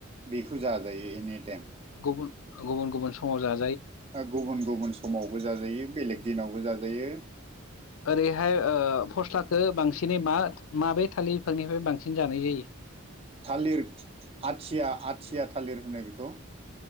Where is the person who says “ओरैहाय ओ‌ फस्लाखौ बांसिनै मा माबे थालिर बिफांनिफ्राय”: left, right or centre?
Left